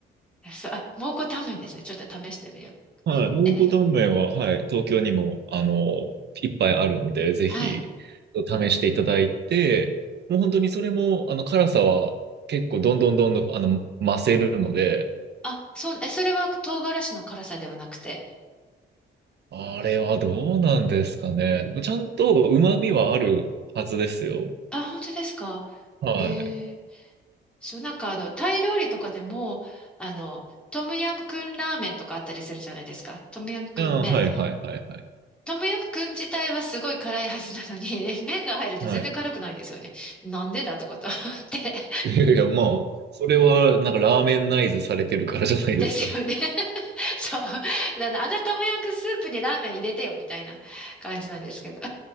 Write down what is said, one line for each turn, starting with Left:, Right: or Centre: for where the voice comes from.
Centre: そう、<laughs> あ、蒙古タンメンですね。ちょっと試してみよう。
Right: はい。蒙古タンメンは、
Centre: え、
Right: はい。東京にも、あの、いっぱいあるんで、ぜひ、
Centre: はい。
Right: 試していただいて、もう本当にそれも、あの、辛さは結構、どんどんどんどん、あの、増せるので、
Centre: あ、そう、え、それは唐辛子の辛さではなくて。
Right: あれはどうなんですかね。ちゃんと旨味はあるはずですよ。
Centre: あ、本当ですか。
Right: はい。
Centre: へえ。そう、なんかあの、タイ料理とかでも、あの、トムヤムクンラーメンとかあったりするじゃないですか。トムヤムクン麺。
Right: あー、はい、はい、はい、はい。
Centre: トムヤムクン自体はすごい辛いはずなのに、<laughs> 麺が入ると全然辛くないんですよね。
Right: はい。
Centre: なんでだとこと思って。<laughs>
Right: いやいや、まあ、それは、なんか、ラーメンナイズされてるからじゃないですか。
Centre: うんですよね。そう。<laughs> あの、あのトムヤムクンスープにラーメン入れてよ、みたいな感じなんですけど。